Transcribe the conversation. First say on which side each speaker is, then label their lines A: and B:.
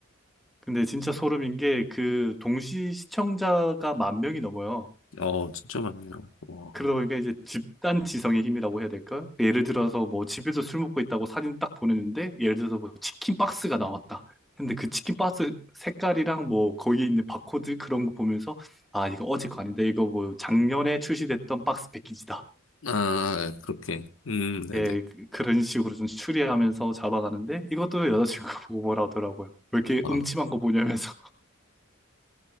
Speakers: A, in the centre; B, on the left.
A: 근데 진짜 소름인 게 그 동시 시청자가 만 명이 넘어요.
B: 어, 진짜 많네요. 와.
A: 그러다 보니까 이제 집단 지성의 힘이라고 해야 될까? 예를 들어서 뭐 집에서 술 먹고 있다고 사진 딱 보내는데 예를 들어서 뭐 치킨 박스가 나왔다. 근데 그 치킨 박스 색깔이랑 뭐 거기 있는 바코드 그런 거 보면서 아 이거 어제 거 아닌데 이거 뭐 작년에 출시됐던 박스 패키지다.
B: 아, 예, 그렇게. 음, 네네.
A: 예, 그- 그런 식으로 좀 추리하면서 잡아가는데 이것도 여자친구가 <laughs> 보고 뭐라 하더라고요. 왜 이렇게
B: 어.
A: 음침한 거 보냐면서. <laughs>